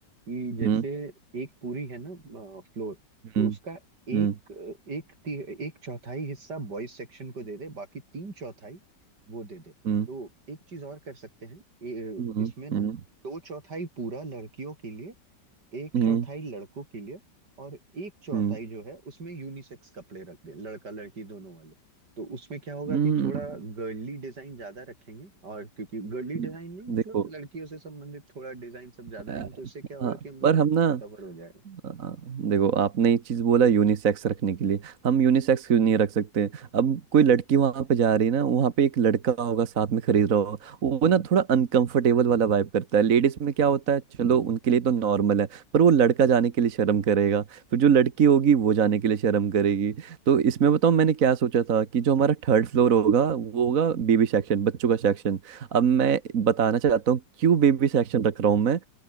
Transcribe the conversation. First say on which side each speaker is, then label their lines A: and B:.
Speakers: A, on the right (about 70°); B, on the right (about 55°).
A: कि जैसे
B: हम्म
A: एक पूरी है ना फ्लोर तो
B: हम्म
A: उसका एक
B: हम्म
A: एक ती, एक चौथाई हिस्सा बॉयज सेक्शन को दे दे बाकी तीन चौथाई वो दे दे
B: हम्म
A: तो एक चीज और कर सकते हैं ए,
B: हम्म
A: इसमें ना
B: हम्म
A: दो चौथाई पूरा लड़कियों के लिए एक
B: हम्म
A: चौथाई लड़कों के लिए और एक चौथाई
B: हम्म,
A: जो है उसमें यूनिसेक्स कपड़े रख दें लड़का लड़की दोनों वाले तो उसमें क्या होगा
B: हम्म,
A: कि थोड़ा गर्ली डिजाइन ज्यादा रखेंगे और क्योंकि गर्ली डिजाइन
B: हम्म,
A: नहीं मतलब
B: देखो
A: लड़कियों से संबंधित थोड़ा डिजाइन सब ज्यादा
B: अ,
A: रहेंगे तो इससे क्या होगा
B: हाँ
A: कि हम लोग
B: पर
A: का
B: हम ना
A: कवर हो जाएगा
B: हाँ, देखो आपने ये चीज बोला यूनिसेक्स रखने के लिए हम यूनिसेक्स क्यों नहीं रख सकते अब कोई लड़की वहां पे जा रही है ना वहां पे एक लड़का होगा साथ में खरीद रहा होगा वो ना थोड़ा अनकंफर्टेबल वाला वाइब करता है लेडीज में क्या होता है चलो उनके लिए तो नॉर्मल है पर वो लड़का जाने के लिए शर्म करेगा फिर जो लड़की होगी वो जाने के लिए शर्म करेगी तो इसमें
A: हम्म
B: बताऊँ मैंने क्या सोचा था कि जो हमारा थर्ड फ्लोर होगा वो होगा बेबी सेक्शन बच्चों का सेक्शन अब मैं
A: हम्म
B: बताना चाहता हूँ क्यों बेबी सेक्शन रख रहा हूँ मैं